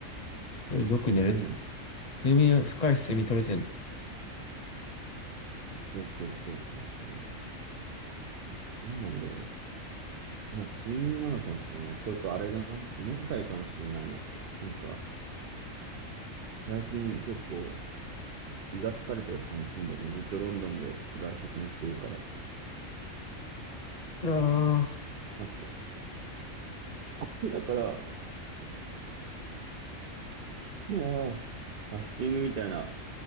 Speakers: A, on the left (about 40°); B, on the right (about 60°).
A: それよく寝れて。
B: なんなん
A: 睡眠、深い睡眠取れてんの
B: そうそうそうそうそう。なんなんだろうね。なんか睡眠なのかもしれない。というかあれだな、胃もたれかもしれないね。なんか最近結構胃が疲れてる感じするんだよね。ずっとロンドンで外食もしてるから。
A: あ
B: だから、だからうわぁファスティングみたいな。